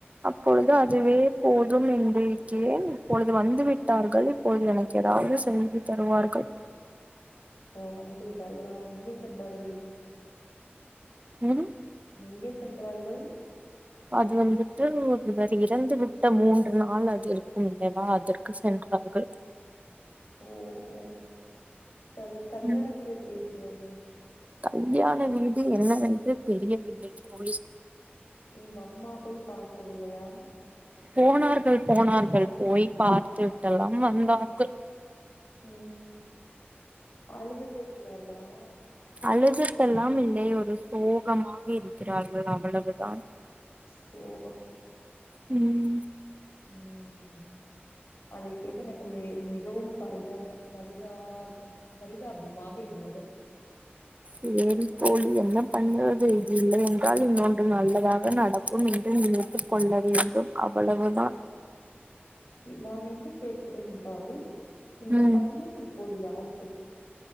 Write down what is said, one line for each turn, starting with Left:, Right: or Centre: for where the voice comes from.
Right: அப்பொழுது அதுவே போதும் என்றிருக்கிறேன் இப்பொழுது வந்து விட்டார்கள் இப்பொழுது எனக்கு எதாவது செஞ்சி தருவார்கள்
Left: ஓ வந்து விட்டார்களா எங்கே சென்றார்கள்
Right: ம்
Left: எங்கே சென்றார்கள்
Right: அது வந்துட்டு ஒருவர் இறந்து விட்ட மூன்று நாள் அது இருக்கும் இல்லையா அதற்கு சென்றார்கள்
Left: ஓ ஓ சரி கல்யாண
Right: ம்
Left: வீடு எப்பிடி இருக்கிறது
Right: கல்யாண வீடு என்னவென்று தெரியவில்லை தோழி
Left: உங்க அம்மா போய் பார்க்கவில்லையா
Right: போனார்கள் போனார்கள் போய் பார்த்து விட்டு எல்லாம் வந்தார்கள்
Left: ம் அழுதுட்டு இருக்கிறார்களா
Right: அழுதுட்டெல்லாம் இல்லை ஒரு சோகமாக இருக்கிறார்கள் அவ்வளவுதான்
Left: சோகம்
Right: ம்
Left: ம் அதை கேட்டு எனக்கு மிக மிகவும் பரிதாப பரிதா பரிதாபமாக இருந்தது
Right: சேரி தோழி என்ன பண்ணறது இது இல்லை என்றால் இன்னொன்று நல்லதாக நடக் கும் என்று நினைத்துக் கொள்ள வேண்டும் அவ்வளவுதா
Left: நான் என்ன கேட்கிறேன் என்றால் இந்த
Right: ம்
Left: பையன் இப்ப இப்போது யாருக்கு